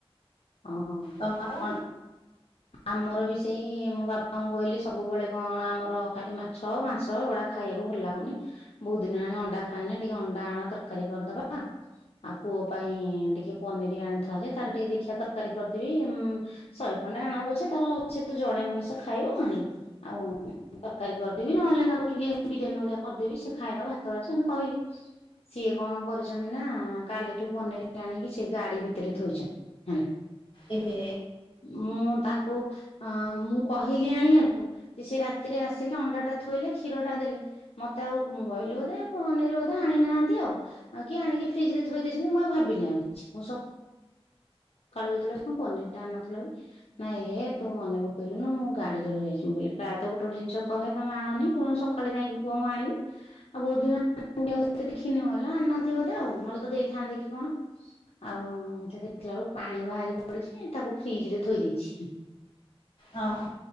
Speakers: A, on the left; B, on the left.
A: ଅଁ ହଁ।
B: ତମର?
A: <inaudible> ଆମର ବି ସେଇ ମୁଁ ବାବାଙ୍କୁ କହିଲି ସବୁବେଳେ କଣ ଆମର ଖାଲି ମାଛ ମାଂସ ଗଡା ଖାଇବାକୁ ଭଲ ଲାଗୁନି। ବହୁତ୍‌ ଦିନି ହେଆଣି ଅଣ୍ଡା ଖାଇନେ ଟିକେ ଅଣ୍ଡା ଆଣ ତରକାରୀ କରିଦବା। ଆଉ ପୁଅ ପାଇଁ ଟିକେ ପନିର ଆଣିଥା ଯେ ତାର ଟିକେ ଦେଖିବା ତାର କାରୀ କରିଦେବି, ଉଁ ଶହେ ଖଣ୍ଡେ ଆଣ ପଛେ ତାର ସେ ତ ଜଣେ ମଣିଷ ଖାଇବ ଆହିଁ ଆଉ ତରକାରୀ କରିଦେବି ନହେଲେ ତାକୁ ଟିକେ ବିରିୟାନୀ ଭଳିଆ କରିଦେବି ସେ ଖାଇଦବ ଭାତ ଅଛି ଏମତି କହିଲି। ସିଏ କଣ କରିଚନ୍ତି ନା କାଲିଠୁ ପନିର ଆଣିକି ସେ ଗାଡି ଭିତରେ ଥୋଇଚନ୍ତି। ହୁଁ।
B: ଏ ହେ।
A: ମୁଁ ତାଙ୍କୁ ଅ ମୁଁ କହିଲି ଆଣିବାକୁ ସେ ରାତିରେ ଆସିଲେ ଅଣ୍ଡା ଟା ଥୋଇଲେ କ୍ଷୀରଟା ଦେଲେ ମତେ ଆଉ ମୁଁ କହିଲି ବୋଧେ ପନିରି ବୋଧେ ଆଣିନାହାନ୍ତି ଆଉ। ଆଉ କି ଆଣିକି ଫ୍ରିଜ ରେ ଥୋଇ ଦେଇଛନ୍ତି ମୁଁ ଆଉ ଭାବିନି ଆଉ କିଛି ମୁଁ ସ କାଳୁ ଯେତେବେଳେ <unintelligible> ପନିର ଟା ଅଣିନଥିଲ କି? ନାଇଁ ହେ ତୁ ମନେ ପକେଇଲୁନୁ ମୁଁ ଗାଡିରେ ରହିଯାଇଛି ମୁୁ ବୋଲି ପ୍ରାୟ ତ ଗୋଟେ ଗୋଟେ ଜିନସ କହେ ତମେ ଆଣନି କୋଉ ଦିନ ସକା ତଳେ ଯାଇକି ପୁଅ ମୁ ଆଣିବି। ଆଉ ବୋଧ <unintelligible> କ୍ଷଣିବ ହେଲା ଆଣି ନାହାନ୍ତି ବୋଧେ ଆଉ ନହେଲେ ତ ଦେଇଥାନ୍ତେ କି କଣ। ଆଉ ଯଦି <unintelligible> ବଳକୁ ପାଣି ବାହାରି ପଡିଛି ତାକୁ ଫ୍ରିଜ ରେ ଥୋଇ ଦେଇଛି।
B: ଅ ହୋ